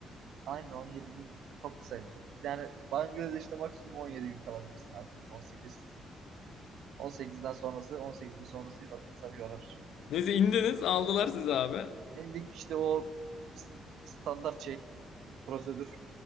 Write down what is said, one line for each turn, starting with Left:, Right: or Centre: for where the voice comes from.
Right: Aynı 17 gün çok kısaydı. Çok, yani Bangladeş'te maksimum 17 gün kalabilirsin abi. 18 18'den sonrası 18 ve sonrası insanı yorar.
Left: Neyse indiniz aldılar sizi abi.
Right: İndik işte o standart şey prosedür.